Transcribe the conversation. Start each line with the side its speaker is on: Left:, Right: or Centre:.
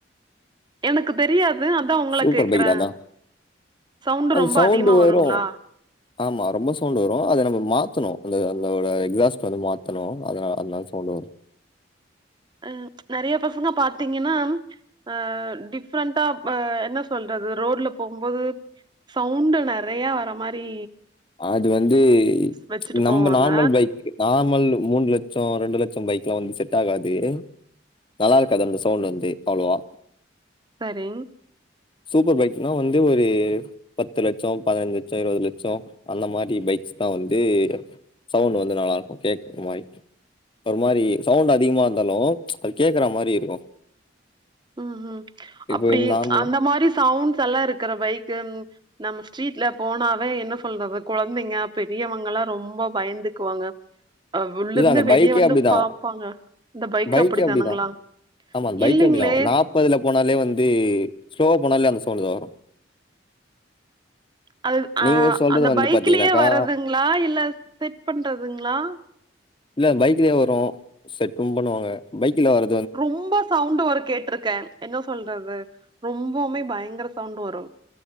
Right: எனக்கு தெரியாது அதா உங்கள
Left: சூப்பர்
Right: கேக்குறே
Left: பைக் தானா
Right: சவுண்டு
Left: அது
Right: ரொம்ப
Left: சவுண்டு
Right: அதிகமா வருங்களா
Left: வரு ஆமா ரொம்ப சவுண்டு வரு அத நம்ப மாத்தணு அந்த அதோட எக்ஸாஸ்டர் வந்து மாத்தணு அதுனால அதுனால சவுண்டு வரு
Right: அ நெறைய பசங்க பாத்தீங்கன்னா அ டிஃப்ரெண்ட்டா ஆ என்ன சொல்றது ரோட்ல போகுபோது சவுண்டு நெறையா வர மாரி
Left: அது வந்து
Right: வச்சுட்டு
Left: நம்ப
Right: போவாங்க
Left: நார்மல் பைக் நார்மல் மூணு லட்சோ ரெண்டு லட்சோ பைக் எல்லா வந்து செட் ஆகாது நல்லா இருக்காது அந்த சவுண்ட் வந்து அவ்ளோவா
Right: சரி
Left: சூப்பர் பைக்னா வந்து ஒரு பத்து லட்சோ பதினைஞ்சு லட்சோ இருபது லட்சோ அந்த மாரி பைக்ஸ் தா வந்து சவுண்ட் வந்து நல்லா இருக்கு கேக்குற மாரி ஒரு மாரி சவுண்ட் அதிகமா இருந்தாலு அது கேக்குற மாரி இருக்கு
Right: ம் ம்
Left: இப்ப
Right: அப்டி
Left: நார்மலா
Right: அந்த மாரி சவுண்ட்ஸ்லா இருக்குற பைக்கு நம்ம ஸ்ட்ரீட்ல போனாவே என்ன சொல்றது கொழந்தைங்க பெரியவங்கலா ரொம்ப பயந்துக்குவாங்க அ உள்ளிருந்து
Left: இல்ல அந்த
Right: வெளிய
Left: பைக்கே
Right: வந்து
Left: அப்டிதா
Right: பாப்பாங்க இந்த பைக்
Left: பைக்கே
Right: அப்படித்தானுங்களா
Left: அப்டிதா ஆமா அந்த பைக்கே
Right: இல்லைங்களே
Left: அப்டிதா நா ப்பதுல போனாலே வந்து ஸ்லோவா போனாலே அந்த சவுண்டுதா வரு
Right: அது
Left: நீங்க
Right: ஆ
Left: சொல்றது
Right: அந்த
Left: வந்து
Right: பைக்லயே
Left: பாத்தீங்கன்னாக்கா
Right: வரதுங்களா இல்ல செட் பண்றதுங்களா
Left: இல்ல பைக்லயே வரு செட்டு பண்ணுவாங்க பைக்ல வர
Right: ரொம்ப சவுண்டு வரு கேட்டிருக்கே என்ன சொல்றது ரொம்பவுமே பயங்கர சவுண்டு வரு